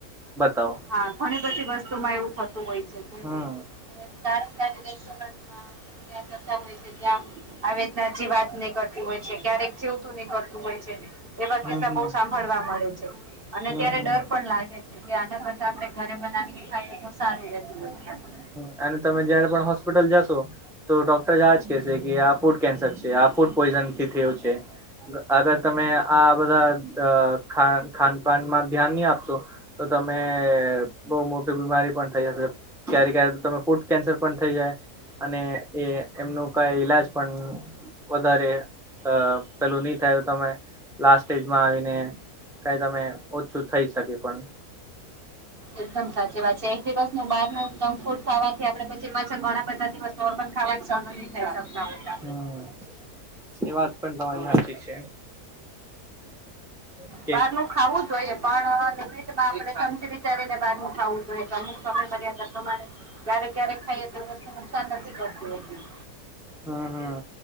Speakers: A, in the centre; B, on the right (about 35°).
A: બતાવો.
B: હા ઘણી બધી વસ્તુ માં એવું થતું હોય છે કે
A: હમ
B: સારી સારી રેસ્ટોરન્ટમાં ત્યાં જતા હોય છે ત્યાં આવેદના જિવાક નિકળતી હોય ક્યારેક જીવતું નિકળતું હોય છે એવા
A: હમ
B: કિસ્સા
A: હમ
B: બહુ સાંભળવા મળે છે. અને
A: હમ
B: ત્યારે ડર
A: હમ
B: પણ લાગે છે કે આના કરતા આપડણે ઘરે બનાવીને ખાઈએ તો સારી રહેતું હોય છે એમ.
A: હ અને તમે જયારે પણ હોસ્પિટલ જાશો તો ડોક્ટર આજ કેશે કે આ ફૂડ કેન્સર છે, આ ફૂડ પોઈઝન થી થયું છે. અગર તમે આ બધા ખાન ખાનપાનમાં ધ્યાન નહીં આપશો તો તમે બહુ મોટી બીમારી પણ થઈ હકે. ક્યારે-ક્યારે તમે ફૂડ કેન્સર પણ થઈ જાય. અને એ એમનું કંઈ ઈલાજ પણ વધારે અહ પેલું ની થાય તો તમે લાસ્ટ સ્ટેજમાં આવીને કાંઈ તમે ઓછું થઈ શકે પણ.
B: એકદમ સાચી વાત છે. એક દિવસ નું બહારનું જંક ફૂડ ખાવાથી આપડે પછી પાછા ઘણા બધા દિવસ નોર્મલ ખાવાનું સહન નથી કરી શકતાં.
A: હમ્મ. એ વાત પણ તમારી હાચી છે. <inaudible>
B: બહાર નું ખાવું જોઈએ પણ લિમિટમાં આપણે સમજી વિચારીને બહાર નુ ખાવું જોઈએ, કે અમુક સમય મર્યાદા પ્રમાણે ક્યારે-ક્યારે ખાઈએ તો એ વસ્તુ નુકસાન નથી કરતી હોતી.
A: હમ્મ-હમ્મ.